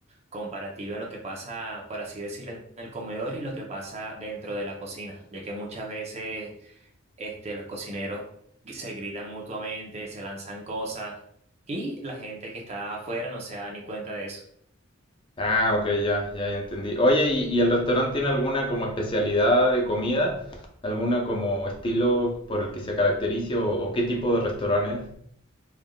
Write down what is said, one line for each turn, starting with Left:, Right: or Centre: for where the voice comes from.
Right: comparativa en lo que pasa, por así decirlo, en el comedor y lo que pasa dentro de la cocina, ya que muchas veces este, los cocineros se gritan mutuamente, se lanzan cosas y la gente que está afuera no se da ni cuenta de eso.
Left: Ah, ok, ya, ya, ya entendí. Oye, ¿y, y el restaurante tiene alguna como especialidad de comida? ¿Alguna como estilo por el que se caracterice o, o qué tipo de restaurante es?